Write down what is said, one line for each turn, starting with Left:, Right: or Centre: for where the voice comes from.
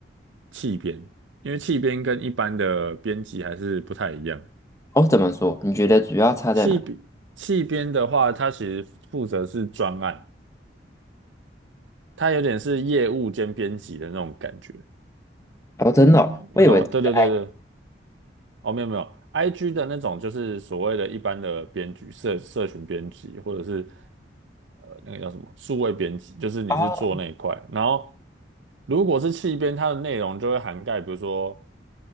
Right: 气编，因为气编跟一般的编辑还是不太一样。
Left: 哦，怎么说？你觉得主要差在哪？
Right: 气编气编的话，他其实负责是专案，他有点是业务兼编辑的那种感觉，
Left: 哦，真的哦我以为是
Right: 你懂吗？对对对对，哦，没有没有，IG 的那种就是所谓的一般的编辑、社社群编辑，或者是呃那个叫什么数位编辑，就是你是做那一块。
Left: 哦
Right: 然后如果是企编，它的内容就会涵盖，比如说